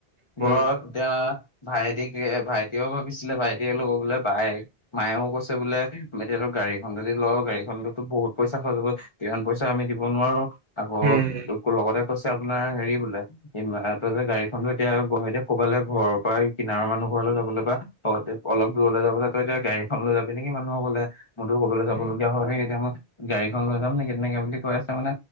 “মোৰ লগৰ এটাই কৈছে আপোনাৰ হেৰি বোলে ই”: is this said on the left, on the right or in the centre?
Left